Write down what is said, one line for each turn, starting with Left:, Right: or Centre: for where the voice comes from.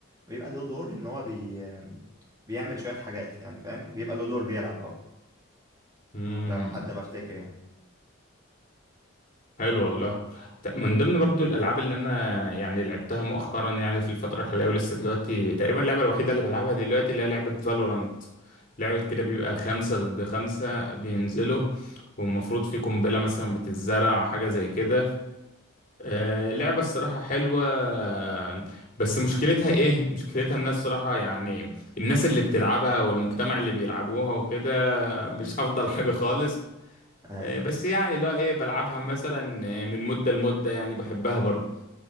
Right: بيبقى له دور ان هو بي بيعمل شويه حاجات يعني فاهم بيبقى له دور بيلعب اه
Left: امم
Right: على ما حد ما افتكر يعني
Left: حلو والله ت- من ضمن برضو الالعاب اللي انا يعني لعبتها مؤخرا يعني في الفتره الحاليه ولسه دلوقتي تقريبا اللعبه الوحيده اللي بلعبها دلوقتي اللي هي لعبه فالورانت لعبه كده بيبقى خمسة ضد خمسة بينزلوا والمفروض في قنبله مثلا بتتزرع حاجه زي كده آه لعبه الصراحه حلوه آه، بس مشكلتها ايه مشكلتها الناس صراحه يعني الناس اللي بتلعبها والمجتمع اللي بيلعبوها وكده مش افضل حاجه خالص
Right: امم
Left: آه، بس يعني اللي هو ايه بلعبها مثلا آه، من مدة لمدة يعني بحبها برضه